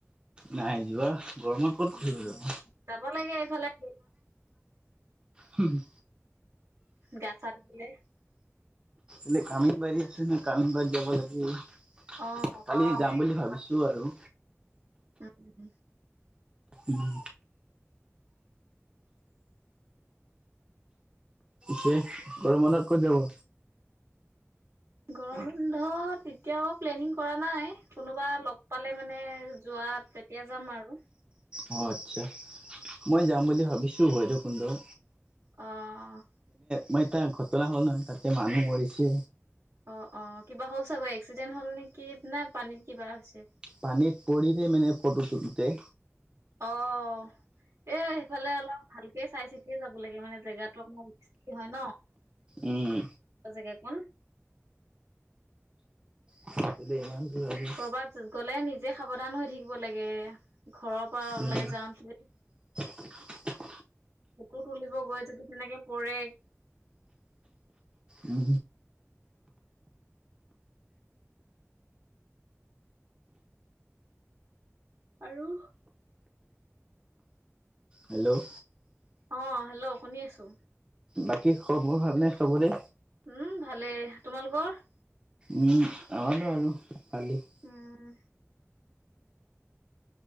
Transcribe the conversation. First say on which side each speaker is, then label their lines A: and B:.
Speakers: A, on the right; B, on the right.
A: নাই যোৱা, গৰমত ক'ত ঘূৰিব
B: উম
A: যাব।
B: যাব লাগে এইফালে।
A: হুম হু।
B: গাছা ধুই পেলাই।
A: এলে কামিনবাৰী আছে নহয়। কামিনবাৰী যাব লাগে।
B: অ তেনেকুৱাই।
A: কালি যাম বুলি ভাবিছো আৰু।
B: উম।
A: উম। ছে গৰম বন্ধত ক'ত যাব।
B: গৰম বন্ধত এতিয়াও প্লেনিং কৰা নাই। কোনোবা লগ পালে মানে যোৱা। বা তেতিয়া যাম আৰু।
A: অ' আচ্ছা মই যাম বুলি ভাবিছো ভৈৰৱ কুণ্ডত।
B: অহ।
A: মই এটা ঘটনা হ'ল নহয় তাতে মানুহ মৰিছে।
B: অ' অ' কিবা হ'ল চাগৈ? এক্সিডেণ্ট হ'ল নেকি না পানীত কিবা হৈছে।
A: পানীত পৰিতে মানে ফটোটোতে।
B: অ' এ সেইফালে অলপ ভালকে চাই চিতিয়ে যাব লাগে মানে। জেগা অ <inaudible> কি হয় ন
A: উম
B: জে। কন
A: <unintelligible> ইমান দূৰ আহি
B: কৰবাত গ'লে নিজে সাৱধান হৈ থাকিব লাগে। ঘৰৰ পৰা
A: উম
B: ওলাই যাওঁতে।
A: <unintelligible>
B: ফটো তুলিব গৈ যদি তেনেকে পৰে
A: উম
B: আৰু
A: হেল্ল'
B: অ' হেল্ল' শুনি আছো।
A: বাকী খব মোৰ ভাল নে চবৰে?
B: উম ভালে তোমালোকৰ?
A: উম আহালো আৰু পালি <inaudible>
B: উম